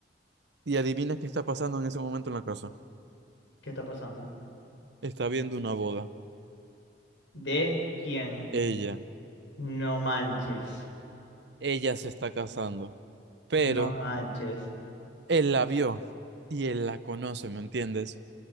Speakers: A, on the right (about 65°); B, on the left (about 85°).
A: y adivina qué está pasando en ese momento en la casa.
B: ¿Qué está pasando?
A: Está viendo una boda,
B: ¿De quién?
A: ella,
B: No manches.
A: ella se está casando, pero
B: No manches.
A: él la vio y él la conoce, ¿me entiendes?